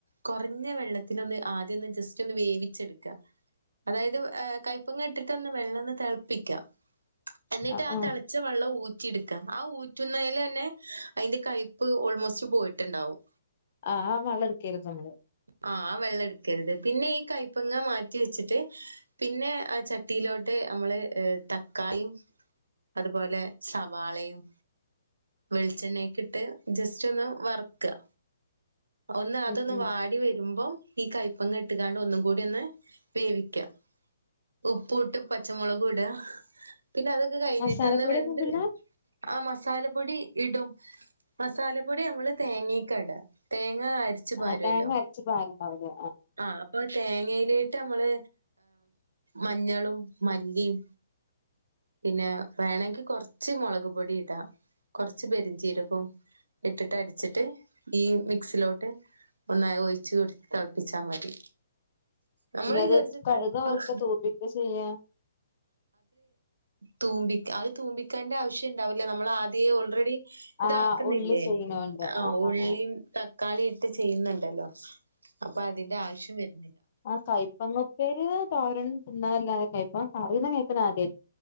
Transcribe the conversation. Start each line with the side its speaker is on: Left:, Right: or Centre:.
Right: കൊറഞ്ഞെ വെള്ളത്തില് ഒന്ന് ആദ്യന്ന് ജസ്റ്റ് ഒന്ന് വേവിച്ചെടുക്കാം അതായത് ഹ് കൈപ്പങ്ങ ഇട്ടിട്ട് വെള്ളന്ന് തെള്പ്പിക്ക എന്നിട്ട്
Left: ആ
Right: ആഹ്
Left: ആ
Right: തെളെച്ച വെള്ളം ഊറ്റിട്ക്കാ ആഹ് ഊ റ്റുന്നേലെന്നെ അയിന്റെ കൈപ്പ് ഓൾ മോസ്റ്റ് പോയിട്ട്ണ്ടാവും
Left: ആഹ് അ വള്ട്ക്കര്ത് നമ്മള്
Right: ആഹ് ആ വെള്ളട്ക്കരുത് പിന്നെ ഈ കൈപ്പങ്ങ മാറ്റിവെച്ചിട്ട് പിന്നെ ചട്ടിയിലോട്ട് അമ്മള് തക്കാളിംഅതുപോലെ സവാളയും വെളിച്ചെണ്ണയൊക്കെ ഇട്ട് ജസ്റ്റൊന്ന് വറ്ക്കാ ഒന്ന് അതൊന്ന്
Left: ഉം ഉം
Right: വാടി വെരുമ്പം ഈ കൈപ്പങ്ങട്ട്ക്കാണ്ട് ഒന്നുക്കൂടിയെന്ന് വേവിക്കാ ഉപ്പൂട്ട് പച്ചമുളകൂടാ പിന്നെ അതൊക്കെ കഴിഞ്ഞിട്ട്
Left: മസാലപ്പൊടി
Right: ഒന്ന് വെന്ത്
Left: ഒന്നും ഇടില്ല
Right: വരും ആ മസാ സാല പൊടി ഇടും മസാലപ്പാെടി നമ്മള് തേ ങ്ങക്കാട തേ ങ്ങ അരിച്ച് പാരെല്ലാേ
Left: ആ തേങ്ങ അരച്ച് പാരുണ്ടാവൂലേ
Right: ആ അപ്പോ തേങ്ങേ ലേട്ട് നമ്മള് മഞ്ഞളും മല്ലിം പിന്നെ വേണെങ്കി കൊറച്ച് മുളക് പൊടി ഇടാം കൊറച്ച് പെരുജീരകം ഇട്ടിട്ട് അടിച്ചിട്ട് ഈ മിക്സിലോട്ട് ഒന്ന് ഒഴിച്ച് കൊടുത്ത് തെള്പ്പിച്ചാ മതി നമ്മള്
Left: പിന്നത്
Right: വിചാരിച്ച
Left: കടുക്
Right: കയ്പ്പാ
Left: വറുക്കേ തൂമ്പിക്കേ ചെയ്യേ
Right: തൂമ്പിക്കാ അഅ് തൂമ്പിക്കണ്ട ആവിശ്യണ്ടാവുല നമ്മള് ആദ്യ ഓൾ റെഡി
Left: ആ
Right: താക്കുന്നില്ലേ
Left: ഉള്ളി ചെയ്യണോണ്ട്
Right: അ അ
Left: ആ
Right: ഉള്ളിം
Left: ആ ആ
Right: ക്കാളി ഇട്ട് ചെയ്യ്ന്ന്ണ്ടല്ലോ അപ്പോ അതിന്റെ ആവിശ്യം വര്
Left: അ കൈപ്പങ്ങ ഉപ്പേരി തോരനും തിന്നാല്ലാതെ കൈപ്പ പറീണ കേക്കണം ആദ്യം